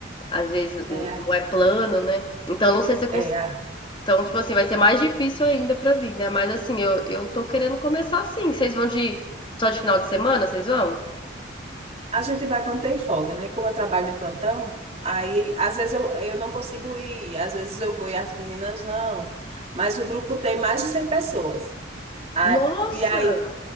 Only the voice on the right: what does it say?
É,
é.
a gente vai quando tem folga, né? Como eu trabalho de plantão, aí às vezes eu, eu não consigo ir, às vezes eu vou e as meninas não. Mas o grupo tem mais de 100 pessoas. A-
e aí